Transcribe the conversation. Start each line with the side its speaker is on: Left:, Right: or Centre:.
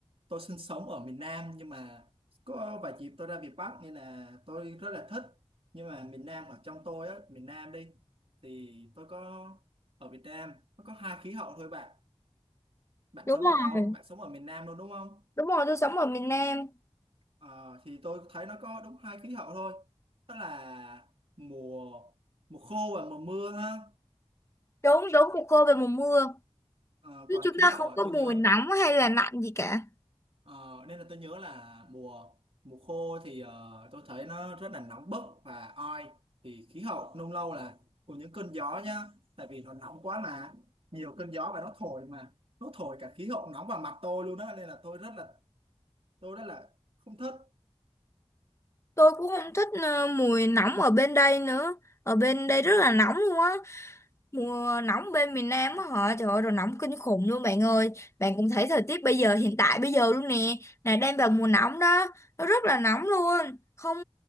Right: tôi sinh sống ở miền Nam nhưng mà có vài dịp tôi ra miền Bắc nên là tôi rất là thích nhưng mà miền Nam ở trong tôi á miền Nam đi thì tôi có ở Việt Nam nó có hai khí hậu thôi bạn bạn
Left: Đúng
Right: sống
Left: rồi,
Right: ở đâu bạn sống ở miền Nam luôn đúng không
Left: đúng rồi, tôi sống ở miền Nam.
Right: Ờ, thì tôi thấy nó có đúng hai khí hậu thôi đó là mùa mùa khô và mùa mưa ha
Left: Đúng, đúng mùa khô về mùa mưa.
Right: Ờ,
Left: Chứ
Right: còn
Left: chúng
Right: khí
Left: ta
Right: hậu
Left: không
Right: ở
Left: có
Right: tôi
Left: mùi
Right: nhớ
Left: nóng hay là lạnh gì cả.
Right: Ờ, nên là tôi nhớ là mùa mùa khô thì ờ, tôi thấy nó rất là nóng bức và oi thì khí hậu nung lâu là cùng những cơn gió nhá tại vì nó nóng quá mà nhiều cơn gió và nó thổi mà nó thổi cả khí hậu nóng vào mặt tôi luôn đó nên là tôi rất là tôi rất là không thích
Left: Tôi cũng không thích à, mùi nóng ở bên đây nữa. Ở bên đây rất là nóng luôn á. Mùa nóng bên miền Nam á hả? Trời ơi, rồi nóng kinh khủng luôn bạn ơi. Bạn cũng thấy thời tiết bây giờ, hiện tại bây giờ luôn nè. Là đang vào mùa nóng đó. Nó rất là nóng luôn. Không,